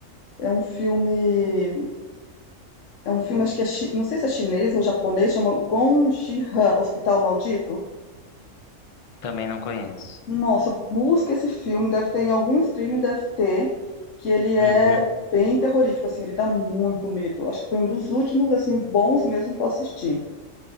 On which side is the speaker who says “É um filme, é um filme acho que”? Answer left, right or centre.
Left